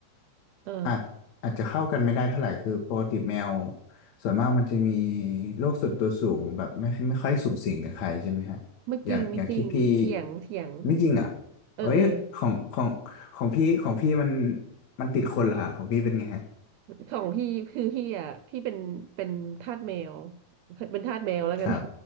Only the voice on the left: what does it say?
ๆอาจอาจจะเข้ากันไม่ได้เท่าไหร่คือปกติแมว
ส่วนมากมันจะมีโรคส่วนตัวสูงแบบไม่ไม่ค่อยสูงสิงกับใครใช่ไหมฮะอย่างอย่างที่พี่
ไม่จริงอ่ะ
เอ้ยของของของพี่ของพี่มัน
มันติดคนเหรอฮะของพี่เป็นไงฮะ
ครับ